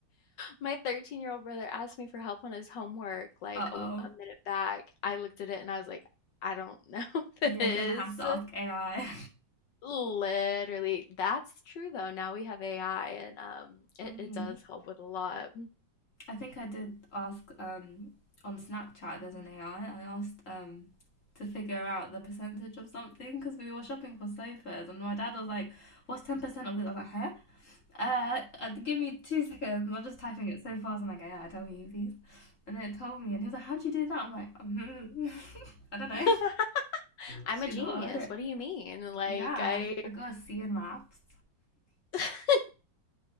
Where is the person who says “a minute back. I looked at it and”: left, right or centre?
Left